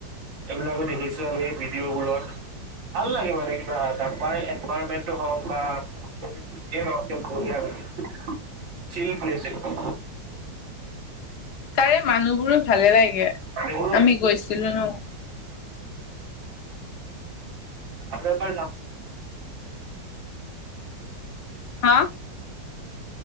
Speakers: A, on the right (about 85°); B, on the left (about 65°).
A: এইবিলাকো দেখিছো আমি ভিডিঅ'বোৰত। ভাল লাগে মানে কিবা তাৰ এনভাইৰমেন্টটো হওঁক বা যিয়ে নহওঁক বঢ়িয়া লাগে। চিল প্লেচ একদম।
B: তাৰে মানুহবোৰো ভালে লাগে
A: মানে উ
B: আমি গৈছিলো ন
A: আপ এপাৰ যাম
B: হা